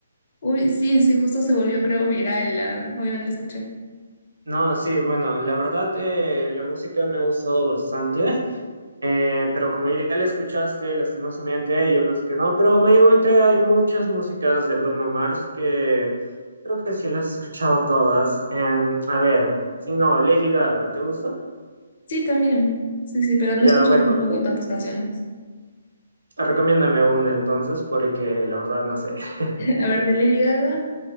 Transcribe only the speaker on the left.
Uy, sí, sí, justo se volvió, creo, viral. la- Obviamente la escuché.
Sí, también. Sí, sí, pero
no escuché
tampoco tantas canciones.
<laughs> A ver, de Lady Gaga.